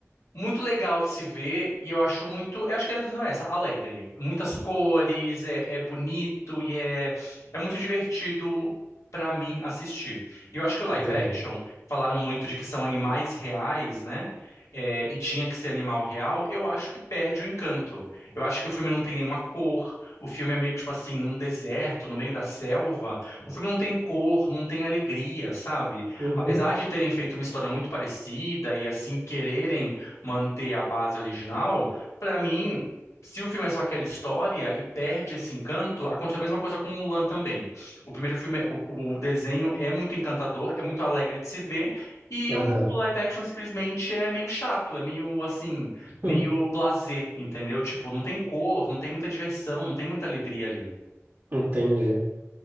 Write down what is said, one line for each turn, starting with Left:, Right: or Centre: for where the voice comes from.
Left: muito legal de se ver e eu acho muito, eu acho que a definição é essa, alegre. Muitas cores, é, é bonito e é, é muito divertido pra mim assistir. E eu acho que o live
Right: Entendi.
Left: action, falaram muito de que são animais reais, né? É, e tinha que ser animal real, eu acho que perde o encanto. Eu acho que o filme não tem nenhuma cor, o filme é meio que, tipo assim, num deserto, no meio da selva. O filme não tem cor, não tem alegria, sabe?
Right: Uhum,
Left: Apesar de terem feito uma história muito parecida e assim quererem manter a base original, pra mim, se o filme é só aquela história e perde esse encanto, aconteceu a mesma coisa com Mulan também. O primeiro filme, é- o, o desenho é muito encantador, é muito alegre de se ver, e
Right: aham.
Left: o live action simplesmente é meio chato, é meio assim,
Right: Hum,
Left: meio blasé, entendeu? Tipo, não tem cor, não tem muita diversão, não tem muita alegria ali.
Right: <laughs> Entendi.